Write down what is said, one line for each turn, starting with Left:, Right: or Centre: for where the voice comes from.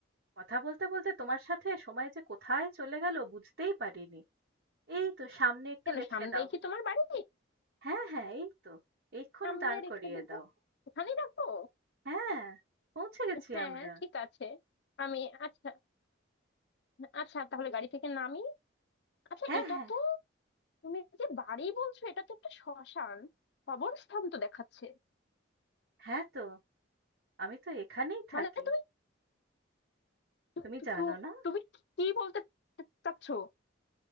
Right: কথা বলতে বলতে তোমার সাথে সময় যে কোথায় চলে গেল বুঝতেই পারিনি এই তো সামনে একটু
Left: কেন
Right: রেখে
Left: সামনেই
Right: দাও
Left: কি তোমার বাড়ি
Right: হ্যাঁ হ্যাঁ এই তো এক্ষুনি
Left: সামনে
Right: দাঁড়
Left: রেখে
Right: করিয়ে
Left: দিব
Right: দাও
Left: ওখানেই রাখবো
Right: হ্যাঁ পৌঁছে গেছি
Left: হ্যাঁ
Right: আমরা
Left: ঠিক আছে আমি আচ্ছা আচ্ছা তাহলে গাড়ি থেকে নামি আচ্ছা
Right: হ্যাঁ
Left: এটা
Right: হ্যাঁ
Left: তো তুমি যে বাড়ি বলছো এটা তো একটা শ্মশান কবরস্থান তো দেখাচ্ছে
Right: হ্যাঁ তো আমি তো এখানেই থাকি
Left: মানে তুমি তু-
Right: তুমি
Left: তু-
Right: জানো
Left: তু-
Right: না
Left: তুমি কি বলতে চাচ্ছো